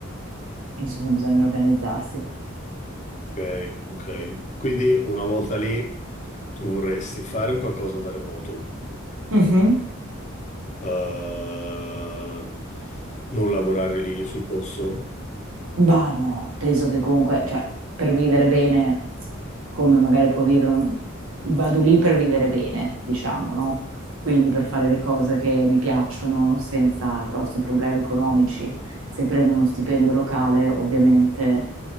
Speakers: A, on the right; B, on the left.
A: eh, insomma bisogna organizzarsi.
B: ok, ok. Quindi una volta lì tu vorresti fare un qualcosa da remoto,
A: Mhm.
B: eh, non lavorare lì sul posto?
A: Bah no, penso che comunque, cioè, per vivere bene, come magari può vivere un... Vado lì per vivere bene, diciamo, no? Quindi per fare le cose che mi piacciono senza grossi problemi economici. Se prendo uno stipendio locale, ovviamente